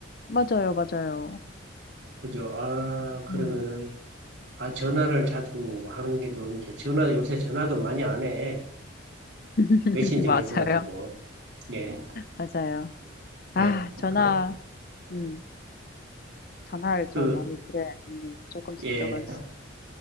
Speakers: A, on the left (about 50°); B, on the right (about 65°).
A: 맞아요. 맞아요.
B: 그죠? 아, 그러면은,
A: 음,
B: 아, 전화를 자주 하는 게 좋은데, 전화, 요새 전화도 많이 안 해.
A: <laughs>
B: 메신저가
A: 맞아요.
B: 있어가지고. 예,
A: 맞아요. 아,
B: 예.
A: 전화,
B: 그,
A: 음. 전화를 좀
B: 그,
A: 많이 드려야겠네요. 조금씩
B: 예.
A: 조금씩.